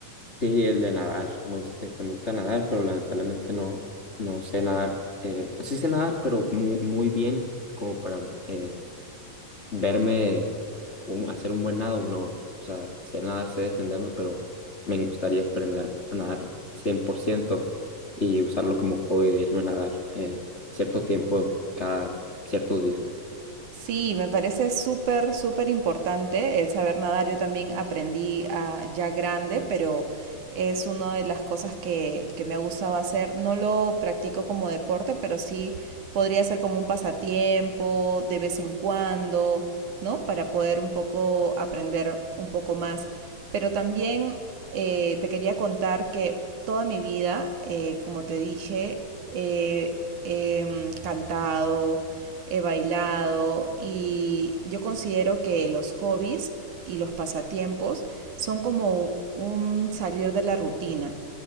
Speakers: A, on the left (about 30°); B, on the right (about 65°).
A: Sí, el de nadar. Me gusta, este, me gusta nadar, pero lamentablemente no, no sé nadar. Eh, sí sé nadar, pero muy, muy bien como para eh, verme un- hacer un buen nado. No, o sea, sé nadar, sé defenderme, pero me gustaría aprender a nadar 100% y usarlo como hobby de irme a nadar eh, cierto tiempo cada ciertos días.
B: Sí, me parece súper, súper importante el saber nadar. Yo también aprendí ah, ya grande, pero es una de las cosas que, que me ha gustado hacer. No lo practico como deporte, pero sí podría ser como un pasatiempo de vez en cuando, ¿no? Para poder un poco aprender un poco más. Pero también eh, te quería contar que toda mi vida, eh, como te dije, he he, mm, cantado he bailado y yo considero que los hobbies y los pasatiempos son como un salir de la rutina.